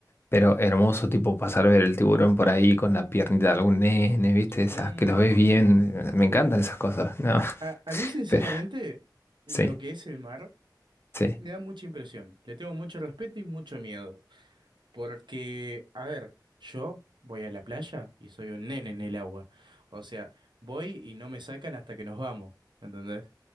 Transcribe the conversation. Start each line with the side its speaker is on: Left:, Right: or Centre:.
Left: Pero hermoso, tipo pasar a ver el tiburón por ahí con la piernita de algún nene, ¿viste?
Right: Mm.
Left: Esas que los ves bien. Me encantan esas cosas. No,
Right: A,
Left: <laughs>
Right: a mí, sinceramente,
Left: pero
Right: lo
Left: sí,
Right: que es el mar
Left: sí,
Right: me da mucha impresión. Le tengo mucho respeto y mucho miedo. Porque, a ver, yo voy a la playa y soy un nene en el agua. O sea, voy y no me sacan hasta que nos vamos, ¿entendés?